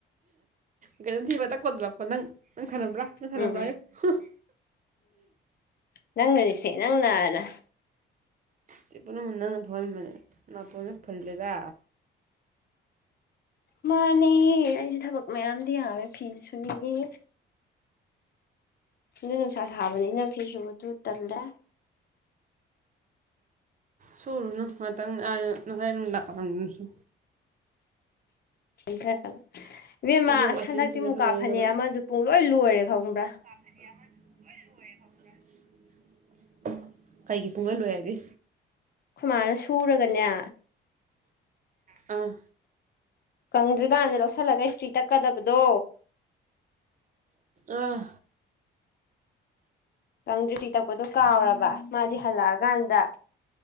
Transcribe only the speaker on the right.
ꯀꯩꯅꯣꯝ ꯊꯤꯕꯇꯛ ꯀꯣꯠꯂꯛꯄ ꯅꯪ ꯅꯪ ꯈꯠꯅꯕ꯭ꯔꯥ ꯅꯪ ꯈꯠꯅꯕ꯭ꯔꯥ
ꯍꯥꯏꯌꯨ ꯍꯨꯡ꯬꯬
ꯁꯤ ꯄꯨꯝꯅꯃꯛ ꯅꯪꯅ ꯊꯣꯛꯍꯟꯕꯅꯦ ꯅꯥꯇꯣꯟꯁꯦ ꯐꯨꯜꯂꯦꯗ
ꯁꯨꯔꯨꯅꯨ ꯉꯇꯪ ꯑ ꯉꯁꯥꯏ ꯅꯨꯝꯗꯥꯡꯋꯥꯏꯔꯝꯗ ꯁꯨ
ꯑꯩꯗꯤ ꯋꯥꯁꯤꯡ
ꯃꯦꯆꯤꯟꯗ
ꯁꯨꯗꯣꯏꯅꯦ
ꯅꯨꯡꯉꯥꯏ
<unintelligible> ꯀꯩꯒꯤ ꯄꯨꯡꯂꯣꯏ ꯂꯣꯏꯔꯦ ꯍꯥꯏꯗꯤ
ꯑꯥ
ꯑꯥ